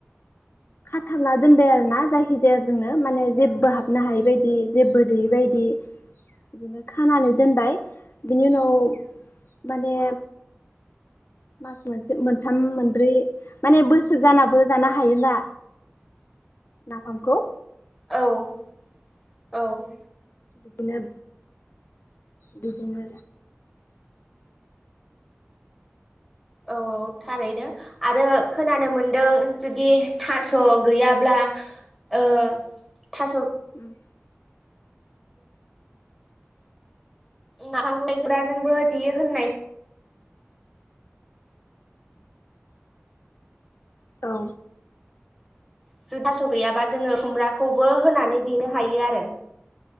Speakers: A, on the left; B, in the centre.
A: खाथाबना दोनबाय आरोना जायखि जाया जोंनो माने जेबो हाबनो हायि बायदि जेबो गैयिबायदि बिदिनो खानानै दोनबाय बिनि उनाव माने म मास मोनसे मोनथाम मोनब्रै माने बोसोर जानाबो जानो हायोना नाफामखौ
B: औ औ
A: बिदिनो बिदिनो
B: औ औ थारैनो आरो खोनानो मोनदों जुदि थास' गैयाब्ला ओ थास'
A: <inaudible>
B: नाफामखौहाय खुमब्रा जोंबो देयो होननाय
A: औ।
B: ज थास' गैयाबा जोङो खुमब्राखौबो होनानै देनो हायो आरो।